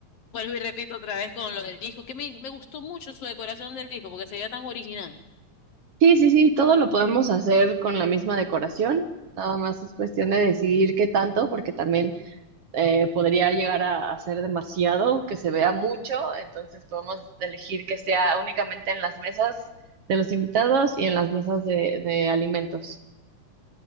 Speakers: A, on the left (about 65°); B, on the right (about 55°).
A: vuelvo y repito otra vez con lo del disco, que me, me gustó mucho su decoración del disco porque se veía tan original.
B: Sí, sí, sí, todo lo podemos hacer con la misma decoración. Nada más es cuestión de decidir qué tanto, porque también eh, podría llegar a, a ser demasiado, que se vea mucho, entonces podemos elegir que sea únicamente en las mesas de los invitados y en las mesas de, de alimentos.